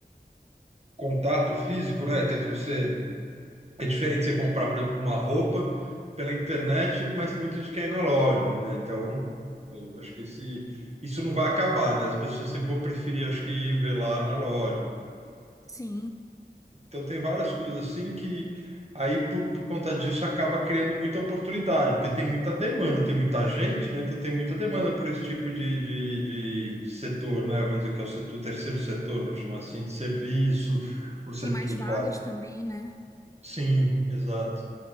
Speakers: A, on the right (about 40°); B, on the left (about 20°).
A: contato físico, né? Quer dizer, você é diferente de você comprar, por exemplo, uma roupa pela internet, mas tem muita gente que quer ir na loja, né? Então, eu acho que esse isso não vai acabar, né? As pessoas sempre vão preferir, acho que ir ver lá na loja.
B: Sim.
A: Então, tem várias coisas assim que aí por, por conta disso acaba criando muita oportunidade, porque tem muita demanda, tem muita gente, né? Então, tem muita demanda por esse tipo de, de, de, de setor, né? Vamos dizer que é o setor, terceiro setor, vamos chamar assim, de serviço, o setor,
B: Tem mais vagas
A: vari-
B: também, né?
A: Sim, exato.